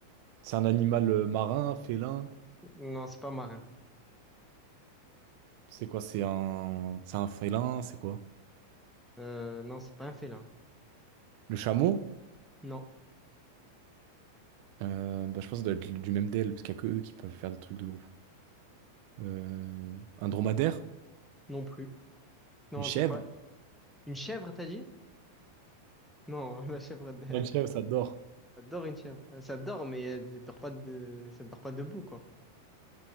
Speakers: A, on the right; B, in the centre.
A: C'est un animal euh, marin, félin.
B: Non, c'est pas marin.
A: C'est quoi? C'est un... C'est un félin, c'est quoi?
B: Euh, non, c'est pas un félin.
A: Le chameau?
B: Non,
A: Euh, bah, je pense que ça doit être du même DL, parce qu'il n'y a que eux qui peuvent faire des trucs de ouf. Euh, un dromadaire?
B: non plus. Non,
A: Une chèvre?
B: t'es pas... Une chèvre, t'as dit? Non, <laughs> la chèvre, elle,
A: Ouais, Une chèvre, ça dort.
B: elle dort une chèvre. Euh, Ça dort, mais elle, elle dort pas de... ça dort pas debout, quoi.